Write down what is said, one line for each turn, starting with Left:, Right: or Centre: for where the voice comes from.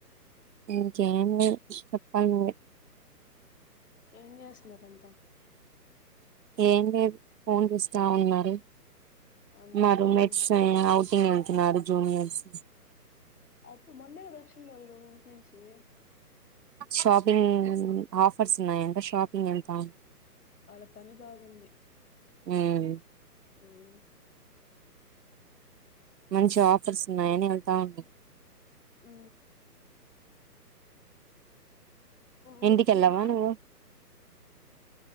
Right: ఇంకేం లేదు చెప్పాలి నువె
Left: ఏం చేస్తున్నారు అంతా
Right: ఏం లేదు ఫోన్ చూస్తా ఉన్నారు
Left: అంతే
Right: మా
Left: అంత
Right: రూం మేట్స్
Left: మించి ఏం చేస్త
Right: ఔటింగ్ అంటున్నారు జూనియర్స్
Left: అప్పుడు మండే కదా వచ్చింది వాళ్ళు ఇంటి నుంచి
Right: షాపింగ్ ఆఫర్స్ ఉన్నాయంట షాపి ంగ్ ఎళ్తాం
Left: వాళ్ళ పని బాగుంది
Right: మ్
Left: మ్
Right: మంచి ఆఫర్స్ ఉన్నాయని ఎళ్తానాం
Left: మ్ మీరు
Right: ఇంటికెళ్ళావా
Left: మీరు మార్
Right: నువ్వు